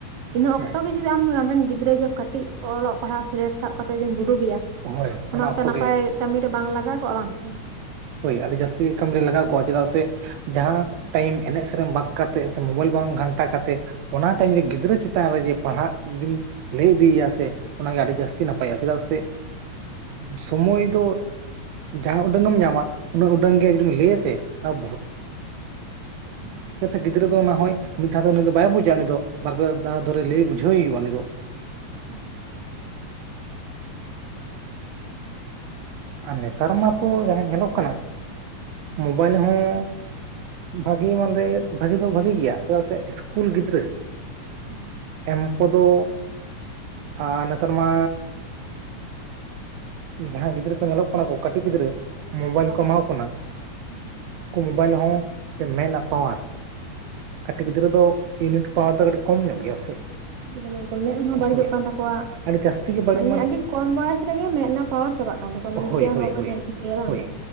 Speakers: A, on the right; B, on the right.
A: ᱤᱱᱟᱹ
B: ᱦᱮᱸ
A: ᱚᱠᱛᱚ ᱜᱮ ᱡᱚᱫᱤ ᱟᱢᱨᱮᱱ ᱜᱤᱫᱽᱨᱟᱹ ᱠᱟᱹᱴᱤᱡ ᱚᱞᱚᱜ ᱯᱟᱲᱦᱟᱜ ᱥᱤᱞᱮᱴ ᱥᱟᱵ ᱠᱟᱛᱮ ᱡᱩᱫᱤᱢ ᱫᱩᱲᱩᱵᱮᱭᱟ
B: ᱦᱳᱭ
A: ᱚᱱᱟ ᱠᱟᱛᱮ
B: ᱚᱠᱛᱚ
A: ᱱᱟᱯᱟᱭ
B: ᱜᱮ
A: ᱠᱟᱹᱢᱤᱨᱮ ᱵᱟᱝ ᱞᱟᱜᱟᱣ ᱠᱚᱜᱼᱟ ᱵᱟᱝ ᱥᱮ?
B: ᱦᱳᱭ ᱟᱹᱰᱤ ᱡᱟᱹᱥᱛᱤ ᱠᱟᱹᱢᱤ ᱨᱮ ᱞᱟᱜᱟᱣ
A: ᱮᱱᱠᱷᱟᱱ
B: ᱠᱚᱜ-ᱟ ᱪᱮᱫᱟᱜ ᱥᱮ ᱡᱟᱦᱟᱸ
A: ᱦᱳᱭ
B: ᱴᱟᱭᱤᱢ ᱮᱱᱮᱢ ᱥᱮᱨᱮᱧ ᱵᱟᱫᱽ ᱠᱟᱛᱮᱫ ᱥᱮ ᱢᱳᱵᱟᱭᱤᱞ ᱵᱟᱝ ᱜᱷᱟᱱᱴᱟ ᱠᱟᱛᱮ ᱚᱱᱟ ᱴᱟᱭᱤᱢ ᱨᱮ ᱜᱤᱫᱽᱨᱟᱹ ᱪᱮᱛᱟᱱ ᱨᱮ ᱡᱮ ᱯᱟᱲᱦᱟᱜ ᱡᱩᱫᱤᱢ ᱞᱟᱹᱭ ᱤᱫᱤᱭᱮᱭᱟ ᱥᱮ ᱚᱱᱟ ᱜᱮ ᱟᱹᱰᱤ ᱡᱟᱹᱥᱛᱤ ᱱᱟᱯᱟᱭᱚᱜᱼᱟ, ᱪᱮᱫᱟᱜ ᱥᱮ ᱥᱳᱢᱳᱭ ᱫᱚ ᱡᱟᱦᱟᱸ ᱩᱰᱟᱹᱝ ᱮᱢ ᱧᱟᱢᱟ ᱩᱱᱟᱹᱜ ᱩᱰᱟᱹᱝ ᱜᱮ ᱡᱩᱫᱤᱢ ᱞᱟᱹᱭᱟ ᱥᱮ ᱛᱟᱣ ᱵᱚᱦᱩᱛ
A: ᱦᱳᱭ
B: ᱪᱮᱫᱟᱜ ᱥᱮ ᱜᱤᱫᱽᱨᱟᱹ ᱫᱚ ᱱᱟ ᱦᱚᱭ ᱢᱤᱫ ᱫᱷᱟᱣ ᱫᱚ ᱩᱱᱤᱫᱚ ᱵᱟᱭ ᱵᱩᱡᱟ ᱩᱱᱤᱫᱚ ᱵᱟᱨ ᱯᱮ ᱫᱷᱟᱣ ᱫᱷᱚᱨᱮ ᱞᱟᱹᱭ ᱵᱩᱡᱷᱟᱹᱣ ᱦᱩᱭᱩᱜᱼᱟ ᱩᱱᱤᱫᱚ ᱾
A: <unintelligible>
B: ᱟᱨ ᱱᱮᱛᱟᱨ ᱢᱟᱛᱚ ᱡᱟᱦᱟᱸ ᱧᱮᱞᱚᱜ ᱠᱟᱱᱟ ᱾ ᱢᱳᱵᱟᱭᱤᱞ ᱦᱚᱸᱵᱷᱟᱜᱮ ᱢᱟᱱᱫᱮ ᱵᱷᱟᱜᱮ ᱫᱚ ᱵᱷᱟᱜᱮ ᱜᱮᱭᱟ ᱪᱮᱫᱟᱜ ᱥᱮ ᱠᱩᱞ
A: ᱦᱳᱭ ᱦᱳᱭ
B: ᱜᱤᱫᱽᱨᱟᱹ,
A: ᱦᱳᱭ
B: ᱮᱢ ᱠᱚ ᱫᱚ ᱟ ᱱᱮᱛᱟᱨ ᱢᱟ ᱡᱟᱦᱟᱸ ᱜᱤᱫᱽᱨᱟᱹ ᱠᱚ ᱧᱮᱞᱚᱜ ᱠᱟᱱᱟ ᱠᱚ ᱠᱟᱹᱴᱤᱡ ᱜᱤᱫᱽᱨᱟᱹ ᱢᱳᱵᱟᱭᱤᱞ
A: ᱦᱳᱭ
B: ᱠᱚ ᱮᱢᱟ ᱠᱚ ᱠᱟᱱᱟ
A: ᱦᱳᱭ
B: ᱾ ᱠᱚ ᱢᱳᱵᱟᱭᱤᱞ ᱦᱚᱸ ᱢᱮᱫ ᱨᱮᱱᱟᱜ ᱯᱟᱣᱟᱨ ᱠᱟᱴᱤᱡ ᱜᱤᱫᱽᱨᱟᱹ ᱫᱚ ᱤᱭᱩᱱᱤᱴ ᱯᱟᱣᱟᱨ ᱫᱚ ᱠᱟᱹᱴᱤᱡ ᱠᱚᱢ ᱧᱚᱜ ᱜᱮᱭᱟ ᱥᱮ?
A: ᱮᱠᱫᱚᱢ ᱮᱠᱫᱚᱢ, ᱢᱮᱫ ᱦᱚᱸ ᱵᱟᱹᱲᱤᱡᱚᱜ
B: ᱦᱳᱭ
A: ᱠᱟᱱ ᱛᱟᱠᱚᱣᱟ ᱾
B: ᱟᱹᱰᱤ ᱡᱟᱹᱥᱛᱤ ᱜᱮ ᱵᱟᱹᱲᱤᱡ
A: ᱢᱟᱱᱮ ᱟᱹᱰᱤ ᱠᱚᱢ ᱵᱚᱭᱮᱥ ᱨᱮ ᱜᱮ ᱢᱮᱫ ᱨᱮᱱᱟᱜ ᱯᱟᱣᱟᱨ ᱪᱟᱵᱟᱜ ᱠᱟᱱ ᱛᱟᱠᱚᱣᱟ, ᱢᱟᱱᱮ
B: ᱦᱳᱭ
A: ᱪᱮᱫ ᱦᱚᱸ
B: ᱦᱳᱭ
A: ᱵᱟᱠᱚ
B: ᱦᱳᱭ
A: ᱧᱮᱞ ᱴᱷᱤᱠᱟᱹᱭᱟ ᱵᱟᱝ?
B: ᱦᱳᱭ